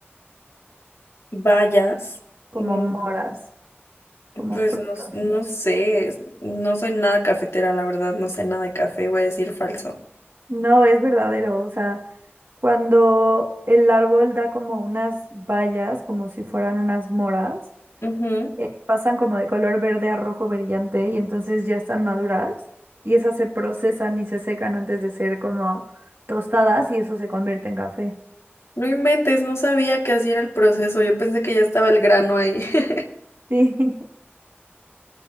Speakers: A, on the left; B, on the right.
A: Vayas.
B: como
A: Mm,
B: moras, como
A: Pues
B: frutas.
A: no, s- no sé, no soy nada cafetera, la verdad, no sé nada de café, voy a decir falso.
B: No es verdadero, o sea, cuando el árbol da como unas bayas, como si fueran unas moras,
A: Ujú.
B: eh, pasan como de color verde a rojo brillante y entonces ya están maduras y esas se procesan y se secan antes de ser como tostadas y eso se convierte en café.
A: No inventes, no sabía que así era el proceso. Yo pensé que ya estaba el grano ahí. <laughs>
B: Sí,